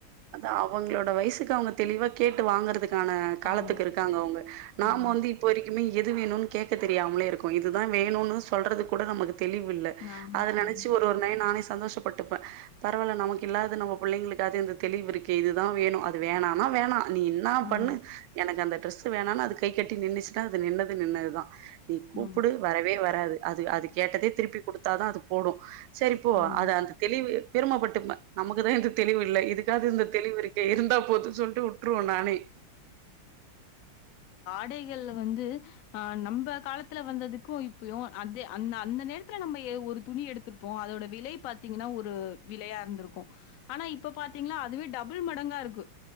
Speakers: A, on the right; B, on the left.
A: அதா அவங்ளோட வயசுக்கு அவங்க தெளிவா கேட்டு வாங்கறது கான காலத்துக்கு
B: ஆமா,
A: இருக்காங்க அவங்க நாம
B: ஆமா.
A: வந்து இப்ப வரைக்குமே எது வேணும்னு கேக் க தெரியாமலே இருக்கோ இதுதா வேணும்னு சொ சொல்றது கூட நமக்கு தெளிவில்ல
B: ஆமா,
A: அத நெனைச்சு
B: ஆமா,
A: ஒரு ஒரு நை நானே சந்தோஷப்பட்டுப்பே பரவால்ல நமக்கு இல்லாது நம்ம புள்ளைங்களு அதது தெளிவு இருக்கே இதுதா வேணு அது வேனானா வேணா நீ என்னா
B: ஆமா,
A: பண்ணு எனக்கு அந்த ட்ரெஸ் வேணானு அது கை கட்டி நின்டுச்சுன்னா அது நின்னது நின்னதுதா நீ கூப்புடு
B: ஆமா,
A: வரவே வராது அது அது கேட்டதே திருப்பி கொடு அதா அது போடு சேரிபோ
B: ஆமா.
A: அது அந்த தெளிவு பெருமபட்டுப்பா நமக்குதா இந்த தெளிவு இல்ல காது இந்த தெளிவு இரு இருந்தா போது சொல்ட்டு உட்ருவே நானே
B: கடைகள் வந்து ஆ நம்ம காலத்துல வந்ததுக்கு இப்பயு அத அந்த அந்த நேரத்துல நம்ம ஏ ஒரு துணி எடுத்திருப்போ அதோட விலை பாத்தீங்கன்னா ஒரு விலையா இருந்துருக்கு ஆனா இப்ப பாத்தீங்கன்னா அதுவே டபுள் மடங்கா இருக்கு